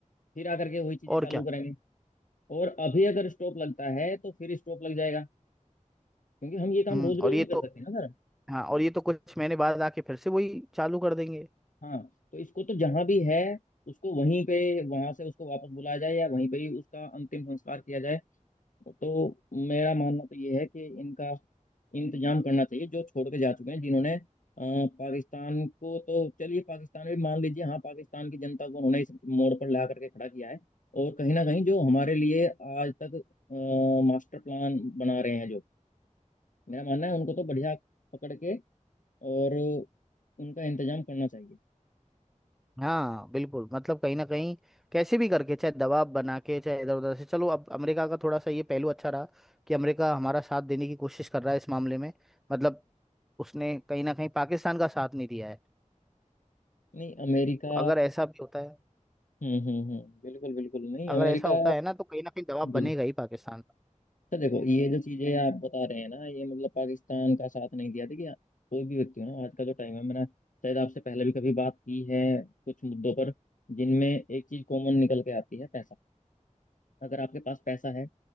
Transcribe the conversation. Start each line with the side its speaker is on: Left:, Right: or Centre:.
Left: फिर आकर के वही चीजें
Centre: और
Left: चालू
Centre: क्या
Left: करेंगे और अभी अगर स्टॉप लगता है तो फिर स्टॉप लग जाएगा क्योंकि हम ये काम
Centre: हम्म
Left: रोज रोज
Centre: और ये
Left: नहीं कर
Centre: तो
Left: सकते ना सर
Centre: हाँ और ये तो कुछ महीने बाद आके फिर से वही चालू कर देंगे
Left: हाँ तो इसको तो जहां भी है उसको वहीं पे वहां से उसको वापस बुलाया जाए या वहीं पे ही उसका अंतिम संस्कार किया जाए तो मेरा मानना तो ये है कि इनका इंतजाम करना चाहिए जो छोड़ के जा चुके हैं जिन्होंने अ, पाकिस्तान को तो चलिए पाकिस्तान भी मान लीजिए हाँ पाकिस्तान की जनता को उन्होंने इस मोड़ पर ला करके खड़ा किया है और कहीं ना कहीं जो हमारे लिए आज तक अ, मास्टर प्लान बना रहे हैं जो मेरा मानना है उनको तो बढ़िया पकड़ के और उनका इंतजाम करना चाहिए
Centre: हाँ बिल्कुल मतलब कहीं ना कहीं कैसे भी करके चाहे दबाव बना के चाहे इधर उधर से चलो अब अमेरिका का थोड़ा सा ये पहलू अच्छा रहा कि अमेरिका हमारा साथ देने की कोशिश कर रहा है इस मामले में मतलब उसने कहीं ना कहीं पाकिस्तान का साथ नहीं दिया है
Left: नहीं अमेरिका
Centre: तो अगर ऐसा भी होता है
Left: हम्म हम्म हम्म, बिल्कुल बिल्कुल नहीं
Centre: अगर
Left: अमेरिका
Centre: ऐसा होता है ना तो कहीं ना कहीं दबाव
Left: जी
Centre: बनेगा ही पाकिस्तान पर
Left: तो देखो ये जो चीजें आप बता रहे हैं ना ये मतलब पाकिस्तान का साथ नहीं दिया देखिए कोई भी व्यक्ति हो ना आज का जो टाइम है मैंने शायद आपसे पहले भी कभी बात की है कुछ मुद्दों पर जिनमें एक चीज कॉमन निकल के आती है पैसा अगर आपके पास पैसा है